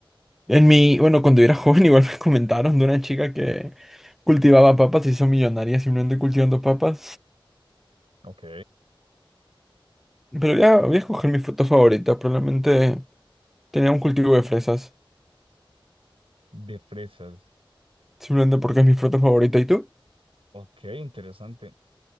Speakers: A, in the centre; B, on the right.
A: En mi, bueno, cuando era <laughs> joven igual me comentaron de una chica que cultivaba papas y hizo millonaria simplemente cultivando papas.
B: Ok.
A: Pero voy a, voy a escoger mi fruta favorita. Probablemente tenía un cultivo de fresas.
B: De fresas.
A: Simplemente porque es mi fruta favorita. ¿Y tú?
B: Ok, interesante.